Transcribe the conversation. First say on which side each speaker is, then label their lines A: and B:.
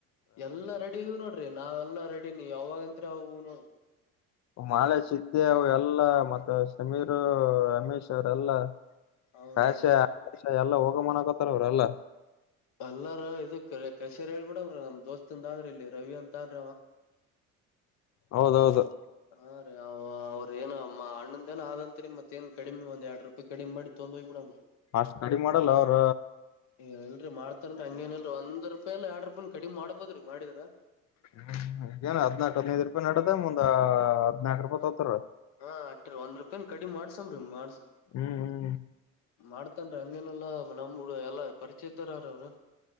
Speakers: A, on the left; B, on the left.
A: ಎಲ್ಲಾ ರೆಡಿ ನೋಡ್ರಿ ನಾವೆಲ್ಲಾ ರೆಡಿ ನೀ ಯಾವಾಗತ್ತ್ರ ಅವು ನೋಡುದು
B: ಮಾಳೆ ಸಿದ್ದೆ ಅವ ಎಲ್ಲಾ ಮತ್ತೆ ಸಮೀರ್ ರಮೇಶ್ ಅವರೆೆಲ್ಲಾ
A: ಹೌದ್ರೀ
B: ಕಷೆ ಆ ಎಲ್ಲ ಹೋಗ ಮನಕೋತಾರ ಅವ್ರ ಎಲ್ಲ
A: ಅಲ್ಲಾರ ಇದು ಕಸೇರಿ ಹೇಳ್ಬಿಡವ್ರ ನಮ್ ದೋಸ್ತಂದ ಅಂದ್ರಿ ಇಲ್ಲಿ ರವಿ ಅಂತ ಅನ್
B: ಹೌದೌದು
A: ಹಾ ರೀ ಅವ ಅವ್ರ ಏ ಅಣ್ಣಂದನ ಆದಂಂತರಿ ಮತ್ತೇಏನ್ ಕಡಿಮೆ ಒಂದ್ ಎರಡು ರೂಪಾಯಿ ಕಡಿಮ ಮಾಡ ತೊ್ ಹೋಗ್ಬ ಬಿಡಂದ್ರರಿ
B: ಅಷ್ಟ ಕಡಿಮ ಮಾಡಲ್ಲ ಅವ್ರ
A: ಏ ಇಲ್ರರಿ ಮಾಡ್ತಾರ ಹಂಗೇನಲ್ರಿ ಒ ರೂಪಾಯಿ ಅಾ ಎರಡ್ ರೂಪಾಯನ್ ಕಡಿಮ ಮಾಡ್ಬೋದ್ರಿ ಮಾಡಿದ್ರ
B: ಹ್ಮ್ ಏನ ಹದನಾಲ್ಕು ಹದನೈದು ರೂಪಾಯಿ ನಡದೆ ಮುಂದ ಹದ್ನಾಕ್ ರೂಪಾಯಿ
A: ಹ
B: ತೋತಾರ
A: ಹ ಅರ ಒಂದ್ ರೂಪಾಯನ್ ಕಡಿ ಮಾಡ್ಸನ್ ಮಾಡ್ಸ
B: ಹ್ಮ್ ಹ್ಮ್
A: ಮಾಡ್ತನ್ ಹಂಗೇನೆಲ್ಲಾ ನಮ್ ಎಲ್ಲಾ ಪರಿಚಯಿತರರ ಅವ್ರ